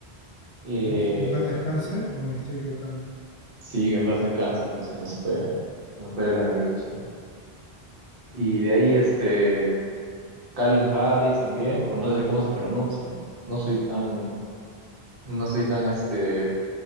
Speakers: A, on the right (about 60°); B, on the left (about 55°).
A: eh,
B: ¿Me has dicho que en paz descanse o me estoy equivocando?
A: sí, en base al cáncer, pues se nos fue, se nos fue el gran Avicii. Y de ahí, este, Calvin Harris también, o no sé cómo se pronuncia. No soy
B: Sí,
A: tan, no soy tan, este,